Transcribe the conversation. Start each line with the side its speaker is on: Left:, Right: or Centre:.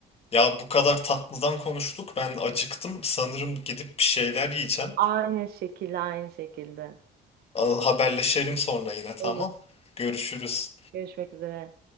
Left: Ya bu kadar tatlıdan konuştuk ben acıktım sanırım gidip bir şeyler yiyeceğim.
Right: Aynı şekilde aynı şekilde.
Left: Al, Haberleşelim sonra yine tamam.
Right: Olur.
Left: Görüşürüz.
Right: Görüşmek üzere.